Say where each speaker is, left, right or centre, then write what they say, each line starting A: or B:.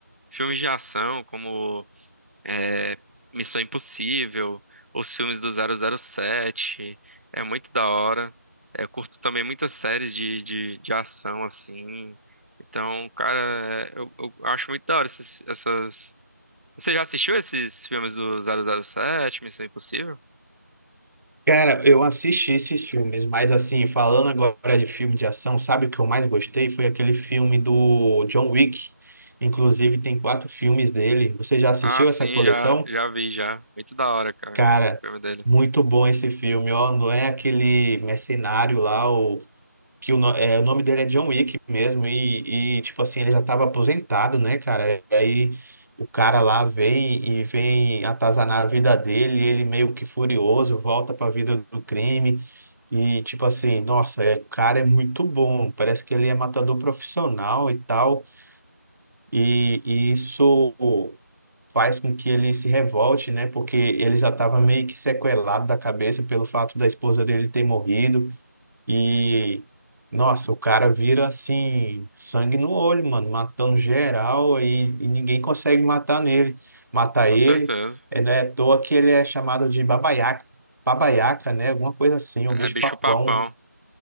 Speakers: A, on the right; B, on the right.
A: Filmes de ação como é, Missão Impossível, os filmes do 007, é muito da hora. É, eu curto também muitas séries de, de, de ação, assim. Então, cara, é, eu, eu acho muito da hora esses, essas... Você já assistiu esses filmes do 007, Missão Impossível?
B: Cara, eu assisti esses filmes, mas assim, falando agora de filme de ação, sabe o que eu mais gostei? Foi aquele filme do John Wick. Inclusive, tem quatro filmes dele. Você já assistiu
A: Ah, sim,
B: essa coleção?
A: já, já vi, já. Muito da hora, cara,
B: Cara,
A: o filme dele.
B: muito bom esse filme, ó. Não é aquele mercenário lá, o que o, no- é, o nome dele é John Wick mesmo, e, e, tipo assim, ele já estava aposentado, né, cara? E aí o cara lá vem e vem atazanar a vida dele, e ele meio que furioso, volta para a vida do crime. E tipo assim, nossa, é, o cara é muito bom. Parece que ele é matador profissional e tal. E, e isso faz com que ele se revolte, né? Porque ele já estava meio que sequelado da cabeça pelo fato da esposa dele ter morrido. E, nossa, o cara vira assim, sangue no olho, mano, matando geral e, e ninguém consegue matar nele, matar
A: Com
B: ele.
A: certeza.
B: É, não é à toa que ele é chamado de babaiaca, babaiaca, né? Alguma coisa assim,
A: É
B: o bicho
A: bicho
B: papão.
A: papão.